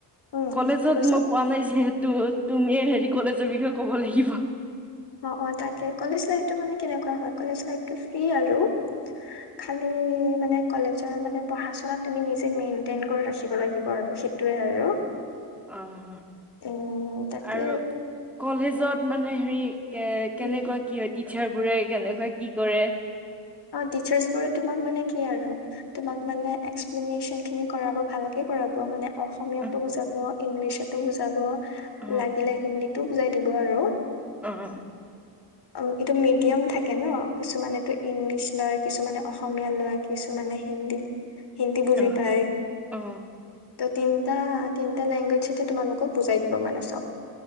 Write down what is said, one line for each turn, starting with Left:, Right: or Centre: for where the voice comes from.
Left: উম
Centre: কলেজত
Left: কি কৈছা
Centre: মই পোৱা নাই যিহেতু। তুমিয়ে হেৰি কলেজৰ বিষয়ে ক'ব লাগিব।
Left: অ-অ তাকে, কলেজ লাইফটো মানে কেনেকুৱা হয়? কলেজ লাইফটো ফ্ৰী আৰু। খালি মা নে কলেজৰ মানে পঢ়া-চঢ়া তুমি নিজে মেইনটেইন কৰি ৰাখিব লাগিব আৰু। সেইটোয়ে আৰু
Centre: অহ হ,
Left: উম তাকে
Centre: আৰু কলেজত মানে হেৰি কে
Left: উম
Centre: কেনেকুৱা কি হয়? টিচাৰ বুৰে কেনেকুৱা কি কৰে।
Left: অ টিচাৰ্ছবোৰে তোমাক মানে কি আৰু তোমাক মানে এক্সপ্লনিচনখিনি কৰাব ভালকে কৰাব মানে অসমীয়াটো
Centre: অ
Left: বুজাব। ইংলিছতো বুজাব।
Centre: অ
Left: লাগিলে হিন্দী। টো বুজাই দিব আৰু।
Centre: অ অ
Left: অ এইটো মিডিয়াম থাকে ন। কিছুমানেতো লয় কিছুমানে অসমীয়া লয়। কিছুমানে হিন্দী হিন্দী বুজি
Centre: অ
Left: পায়।
Centre: অ অ
Left: ত' তিনিটা তিনিটা লেংগুৱেজ তোমালোকক বুজাই দিব মানে চব।